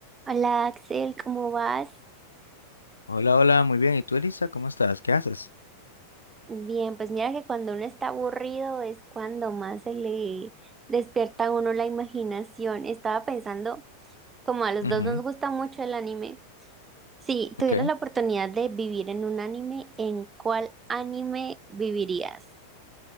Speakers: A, on the right (about 20°); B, on the left (about 80°).
A: Hola Axel, ¿cómo vas?
B: Hola, hola, muy bien. ¿Y tú, Elisa? ¿Cómo estás? ¿Qué haces?
A: Bien, pues mira que cuando uno está aburrido es cuando más se le despierta a uno la imaginación. Estaba pensando, como a los
B: Ujú,
A: dos nos gusta mucho el anime, si
B: Ok.
A: tuvieras la oportunidad de vivir en un anime, ¿en cuál anime vivirías?